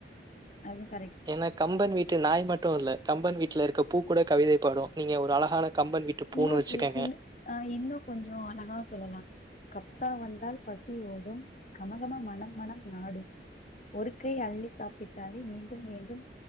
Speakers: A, on the left; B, on the right.
A: அதுவு கரெக்ட்டு தா
B: ஏனா கம்பன் வீ ட்டு நாய் மட்டு இல்ல கம்பன் வீட்ல இருக்க பூ கூட கவிதை பாடு நீங்க ஒரு அழகான கம்பன் வீட்டு பூன்னு
A: இன்னும்
B: வச்சுக்கோங்க
A: சி இன் ஆ இன்னு கொஞ்சோ அழகா சொல்லலா கப் சா வந்தால் பசி ஓடும் கமகம மனம் மனம் நாடும் ஒரு கை அள்ளி சாப்பிட்டாலே மீண்டும் மீண்டும்